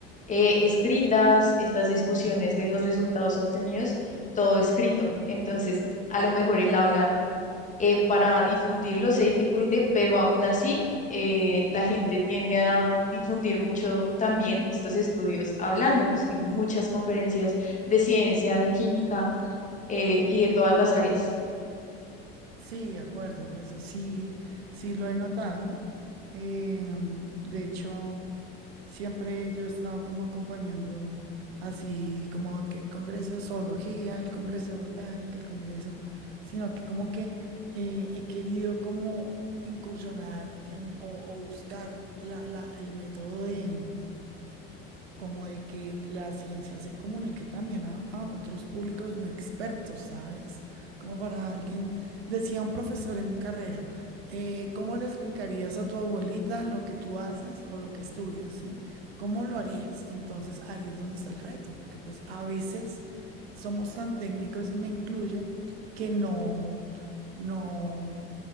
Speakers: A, on the left (about 25°); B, on the right (about 85°).
A: eh, escritas, estas discusiones
B: Ujú.
A: de los resultados obtenidos, todo escrito. Entonces, a lo mejor el habla eh, para difundirlo se dificulte, pero aún así eh, la gente tiende a difundir mucho también estos estudios hablándolos en muchas conferencias de ciencia, de química eh, y de todas las áreas.
B: Sí, de acuerdo, eso sí, sí lo he notado. Em, de hecho... Siempre yo he estado como acompañando así como que el Congreso de Zoología, el Congreso de Botánica, el Congreso, sino que como que eh, he querido como incursionar en, o, o buscar la- la- el método de, como de que la ciencia se comunique también a, a otros públicos no expertos, ¿sabes? Como para alguien, decía un profesor en mi carrera, eh, ¿cómo le explicarías a tu abuelita lo que tú haces o lo que estudias, ¿sí? ¿Cómo lo harías? Entonces ahí es donde está el reto, porque pues a veces somos tan técnicos y me incluyo que no, no,